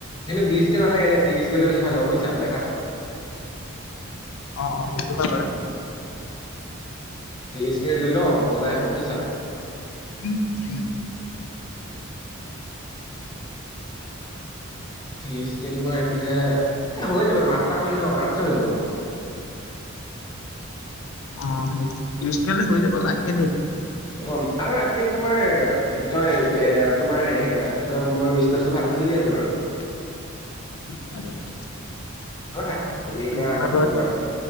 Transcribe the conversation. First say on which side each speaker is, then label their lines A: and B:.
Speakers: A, on the left; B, on the left.
A: কিন্তু বিশ কে নালাগে ত্ৰিশ কে লৈ বেছি ভাল হব বুজিছা দেখাত
B: অ অ সেইটো হয় বাৰু।
A: ত্ৰিশ কে লৈ ল মজাই হব বুইছা?
B: <inaudible>
A: ত্ৰিশ কে তোমাৰ এইফালে এ হৈ যাব তোমাৰ আঠটা পোৱালি ন আৰামচে হৈ যাব।
B: অ সেই ত্ৰিশকে লৈ হৈ যাব লাগে দেই।
A: অ আৰু আজিকালি তোমাৰ এ কি কয় এ তোমাৰ সেয়া কি কয় মোৰ বিছ নেছটো ভাল চলি আছে বাৰু।
B: <inaudible> <unintelligible>
A: কৰা তুমি এতিয়া
B: তোমাৰ বাৰু
A: কি কৰা?